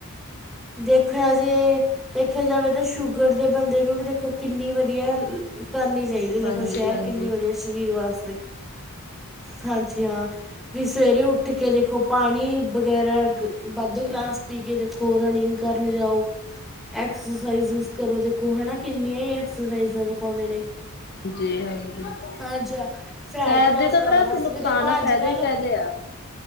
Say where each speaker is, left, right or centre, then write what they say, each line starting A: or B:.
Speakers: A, in the centre; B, on the left (about 50°).
A: ਦੇਖਿਆ ਜੇ ਦੇਖਿਆ ਜਾਵੇ ਤਾਂ ਸ਼ੂਗਰ ਦੇ ਬੰਦੇ ਨੂੰ ਵੀ ਦੇਖੋ ਕਿੰਨੀ ਵਧੀਆ। ਕਰਨੀ ਚਾਹੀਦੀ ਦੇਖੋ
B: ਹਾਂਜੀ
A: ਸੈਰ
B: ਹਾਂਜੀ
A: ਕਿੰਨੀ ਵਧੀਆ। ਸਰੀਰ ਵਾਸਤੇ ਹਾਂਜੀ ਹਾਂ ਵੀ ਸਵੇਰੇ ਉੱਠ ਕੇ ਦੇਖੋ। ਪਾਣੀ ਵਗੈਰਾ ਵੱਧ ਗਲਾਸ ਪੀ ਕੇ ਦੇਖੋ, ਰਨਿੰਗ ਕਰਨ ਜਾਓ। ਐਕਸਰਸਾਈਜ਼ਿਸ ਕਰੋ, ਦੇਖੋ ਹੈ ਨਾ ਕਿੰਨੀਆਂ ਹੀ ਐਕਸਰਸਾਈਜ਼ਾਂ ਦਿਖਾਉਂਦੇ ਨੇ।
B: ਜੀ ਹਾਂਜੀ
A: ਹਾਂ ਜੀ ਹਾਂ ਫੈਟ
B: ਸੈਰ
A: ਲੋਸ
B: ਦੇ ਤਾਂ
A: ਕਰਨ
B: ਕਿਹੜਾ
A: ਵਾਸਤੇ
B: ਕੋਈ ਨੁਕਸਾਨ
A: ਵੀ ਦੇਖੋ
B: ਆ ਫਾਇਦੇ
A: ਅੱਜ ਕੱਲ।
B: ਹੀ ਫਾਇਦੇ ਆ